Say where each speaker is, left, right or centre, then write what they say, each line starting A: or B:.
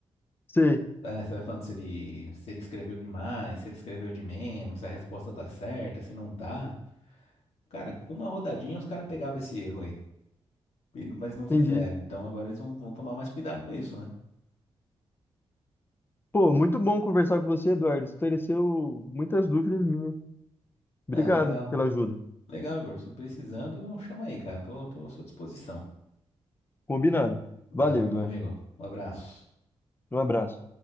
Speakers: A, on the left (about 20°); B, on the left (about 85°).
A: sei,
B: É, você vai falando se ele, se ele escreveu demais, se ele escreveu de menos, se a resposta tá certa, se não tá. Cara, com uma rodadinha os caras pegavam esse erro aí. E- mas não fizeram.
A: entendi.
B: Então agora eles vão, vão tomar mais cuidado com isso, né?
A: Pô, muito bom conversar com você, Eduardo. Esclareceu muitas dúvidas minhas. Obrigado
B: Ah, legal.
A: pela ajuda.
B: Legal, Igor. Se precisando, chama aí, cara. Tô, tô à sua disposição.
A: Combinado.
B: Valeu,
A: Valeu, Eduardo.
B: meu amigo. Um abraço.
A: Um abraço.